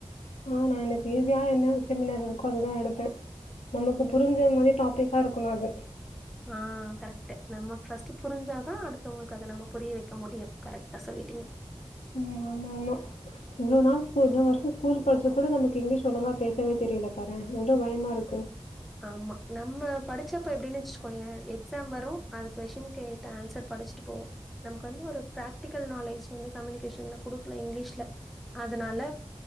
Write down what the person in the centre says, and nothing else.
ம்.
ஆ கரெக்ட்டு நமக்கு ஃபஸ்ட்டு புரிஞ்சாதா அடுத்தவுங்களுக்கு அத நம்ம புரிய வைக்க முடியு கரெக்டா சொல்லிட்டீங்க
ஆமா நம்ம படிச்சப்ப எப்டின் வெச்கோயே எக்ஸாம் வரு அது கொஸ்டின் கேத் த ஆன்சர் படிச்ட்டு போவோ நமக்கு வந்து ஒரு பிராக்டிக்கல் நாலேஜ் வந்து கம்யூனிகேஷன்ல குடுக்ல இங்லீஷ்ல அதனால